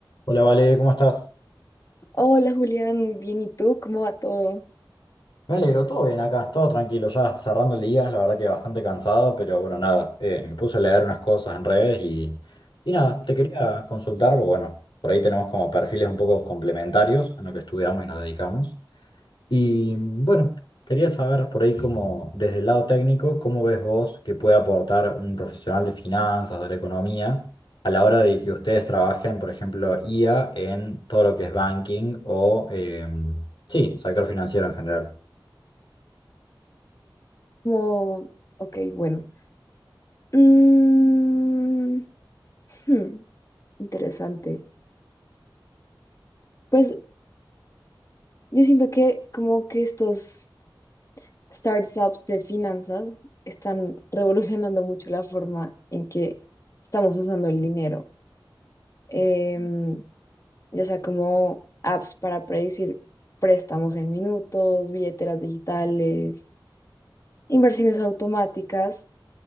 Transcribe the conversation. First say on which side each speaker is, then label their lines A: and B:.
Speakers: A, on the left; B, on the left.
A: Hola, Vale, ¿cómo estás?
B: Hola Julián, muy bien. ¿Y tú? ¿Cómo va todo?
A: Me alegro, todo bien acá, todo tranquilo, ya cerrando el día, la verdad que bastante cansado, pero bueno, nada, eh, me puse a leer unas cosas en redes y, y nada, te quería consultar, porque bueno, por ahí tenemos como perfiles un poco complementarios en lo que estudiamos y nos dedicamos. Y mm, bueno, quería saber por ahí cómo, desde el lado técnico, cómo ves vos que puede aportar un profesional de finanzas, o de la economía, a la hora de que ustedes trabajen, por ejemplo, IA en todo lo que es banking o, em, sí, sector financiero en general.
B: Como, ok, bueno. Mm, hmm, interesante. Pues yo siento que como que estos startups de finanzas están revolucionando mucho la forma en que estamos usando el dinero. Em, ya sea como apps para predecir préstamos en minutos, billeteras digitales, inversiones automáticas.